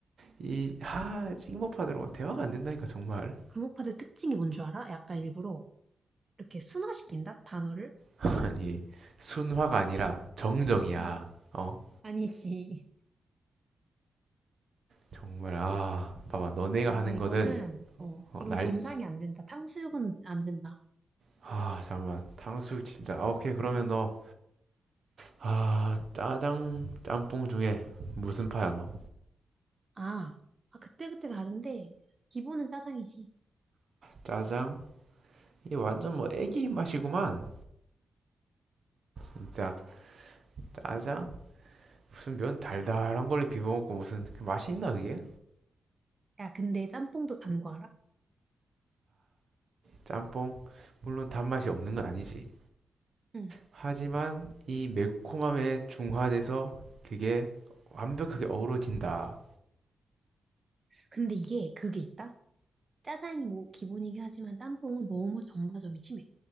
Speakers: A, on the right (about 65°); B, on the right (about 40°).
A: 이, 하, 찍먹파들하고 대화가 안 된다니까, 정말.
B: 부먹파들 특징이 뭔 줄 알아? 약간 일부러 이렇게 순화시킨다? 단어를?
A: <laughs> 아니, 순화가 아니라 정정이야.
B: 어,
A: 어?
B: 아니지.
A: 정말, 아, 봐봐. 너네가
B: 아,
A: 하는
B: 이거는,
A: 거는,
B: 어,
A: 어,
B: 이건
A: 날,
B: 겸상이 안 된다. 탕수육은 안 된다.
A: 아, 잠깐만. 탕수육 진짜. 아, 오케이, 그러면 너, 아, 짜장, 짬뽕 중에 무슨 파야, 너?
B: 아, 아, 그때그때 다른데, 기본은 짜장이지.
A: 짜장? 이 완전 뭐 애기 입맛이구만. 진짜. 짜장? 무슨 면 달달한 걸로 비벼먹고 무슨 그 맛이 있나, 그게?
B: 야, 근데 짬뽕도 단 거 알아?
A: 짬뽕? 물론 단맛이 없는 건 아니지.
B: 응.
A: 하지만 이 매콤함에 중화돼서 그게 완벽하게 어우러진다.
B: 근데 이게, 그게 있다? 짜장이 뭐 기본이긴 하지만 짬뽕은 너무 전바점이 심해.